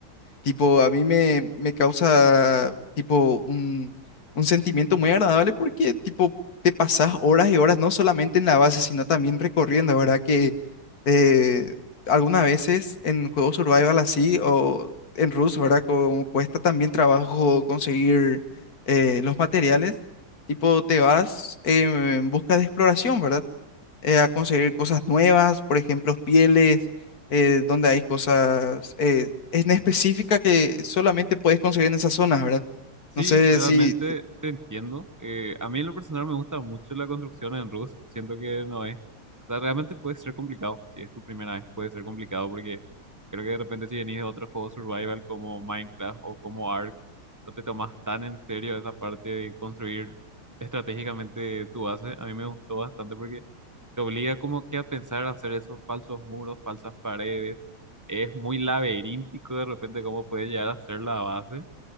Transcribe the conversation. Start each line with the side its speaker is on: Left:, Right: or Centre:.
Left: Tipo, a mí me, me causa, tipo, un, un sentimiento muy agradable porque, tipo, te pasás horas y horas, no solamente en la base, sino también recorriendo, ¿verdad? Que eh, algunas veces en juegos survival así o en Rust, ¿verdad? Como cuesta también trabajo conseguir eh, los materiales, tipo, te vas eh, en busca de exploración, ¿verdad? eh, a conseguir cosas nuevas, por ejemplo, pieles, eh, donde hay cosas eh, en específica que solamente puedes conseguir en esas zonas, ¿verdad?
Right: Sí,
Left: No sé
Right: realmente
Left: si...
Right: te entiendo. Eh, a mí en lo personal me gusta mucho la construcción en Rust. Siento que no es. O sea, realmente puede ser complicado. Si es tu primera vez, puede ser complicado porque creo que de repente si venís de otros juegos survival como Minecraft o como Ark, no te tomas tan en serio esa parte de construir estratégicamente tu base. A mí me gustó bastante porque te obliga como que a pensar a hacer esos falsos muros, falsas paredes. Es muy laberíntico de repente cómo puede llegar a ser la base.